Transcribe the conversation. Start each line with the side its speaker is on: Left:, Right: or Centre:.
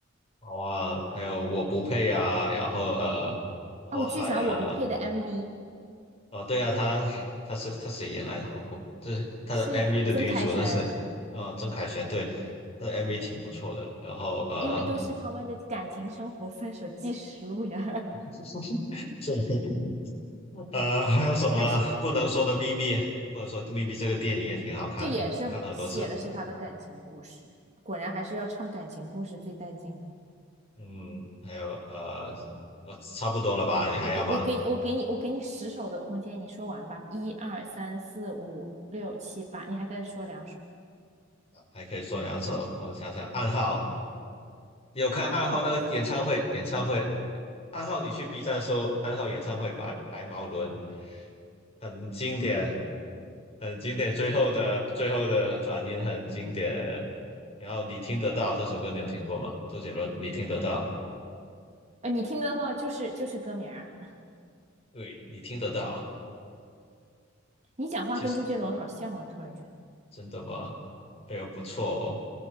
Left: 好啊，还有我不配啊，然后呃，花海啊，
Right: 啊。我巨喜欢《我不配》的 MV，
Left: 哦对啊，他他是他谁演来的？好好，就是他的
Right: 是曾凯旋，
Left: MV 的女主，那是呃曾凯旋，对，他的 MV 挺不错的。然后呃，
Right: 因为都是他们的感情生活分手纪实录呀，
Left: <laughs> 对，呃还有什么啊不能说的秘密？
Right: <laughs> 还是
Left: 不能说的秘密这个电影也挺好看的，
Right: 这也是写的是他的感情故事。
Left: 看了很多次。
Right: 果然还是要唱感情故事最带劲。
Left: 嗯，还有呃呃，差不多了吧？你还要吗？
Right: 我给我给你我给你我给你十首的空间，你说完吧。一二三四五六七八，你还可以说两首。
Left: 啊还可以说两首。呃我想想，暗号，你有看暗号那个演唱会？
Right: 暗号我没听，
Left: 演唱会，暗号，你去 B 站搜暗号演唱会白白毛伦，很经典，很经典。最后的最后的转音很经典。然后你听得到这首歌，你有听过吗？周杰伦，你听得到？
Right: 呃，你听得到就是就是歌名啊。<laughs>
Left: 对，你听得到。
Right: 你讲话跟周杰伦好像啊，
Left: 其实
Right: 突然觉
Left: 真的吗？哎呦，不错哦。